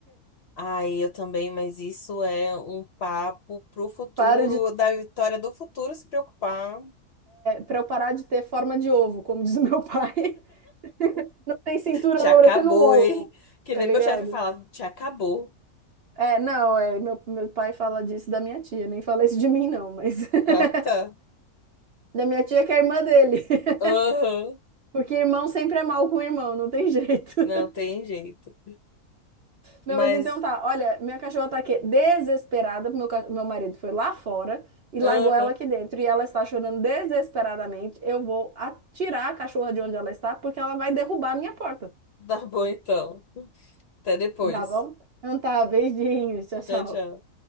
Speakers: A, on the left; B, on the right.
A: Ai, eu também, mas isso é um papo pro futuro,
B: Paro de,
A: da Vitória do futuro se preocupar.
B: para eu parar de ter forma de ovo, como diz o meu pai. <laughs> tem cintura,
A: Te
B: eu vou
A: acabou,
B: parecendo um ovo,
A: hein? Que
B: tá
A: nem
B: ligado?
A: meu chefe fala, te acabou.
B: É, não, é, meu, meu pai fala disso da minha tia, nem fala isso de mim, não, mas <laughs>
A: Ah, tá.
B: da minha tia que é irmã dele, <laughs>
A: Aham.
B: porque irmão sempre é mal com irmão, não tem jeito. <laughs>
A: Não tem jeito.
B: Não,
A: Mas,
B: mas então tá, olha, minha cachorra tá aqui desesperada, porque meu, ca- meu marido foi lá fora e largou
A: aham,
B: ela aqui dentro, e ela está chorando desesperadamente. Eu vou atirar a cachorra de onde ela está, porque ela vai derrubar a minha porta,
A: <laughs> tá bom então. Até depois.
B: tá bom? Então tá, beijinhos, tchau, tchau.
A: Tchau, tchau.